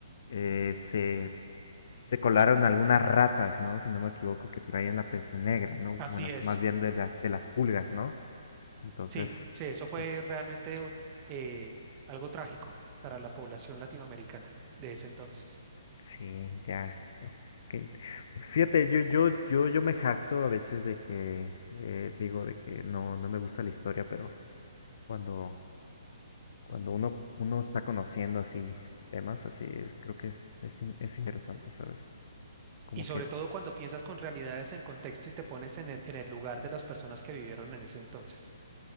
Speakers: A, on the left (about 40°); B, on the right (about 15°).
A: eh, se, se colaron algunas ratas, ¿no? Si no me equivoco, que traían la peste negra, ¿no?
B: Así
A: Bueno,
B: es.
A: más bien de la- de las pulgas, ¿no? Entonces,
B: Sí, sí, eso
A: sí,
B: fue realmente eh, algo trágico para la población latinoamericana de ese entonces.
A: Sí, ya. uf, que- Fíjate, yo, yo, yo, yo me jacto a veces de que eh, digo de que no, no me gusta la historia, pero cuando, cuando uno, uno está conociendo así temas así, creo que es, es, in- es interesante, ¿sabes? Como
B: Y sobre
A: que
B: todo cuando piensas con realidades en contexto y te pones en el, en el lugar de las personas que vivieron en ese entonces.